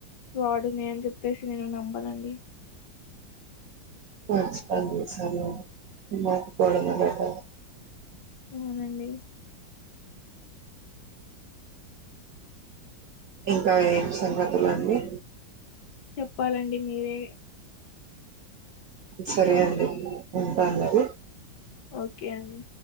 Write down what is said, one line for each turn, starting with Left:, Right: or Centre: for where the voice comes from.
Left: ఫ్రాడు <unintelligible> చెప్పేసి నేను నమ్మాను అండి.
Right: <unintelligible>
Left: అవునండి
Right: ఇంకా ఏ సంగతులు అండి.
Left: చెప్పాలండి మీరే
Right: సరే అండి. ఉంటాను మరి
Left: ఓకే ఒకే అండి.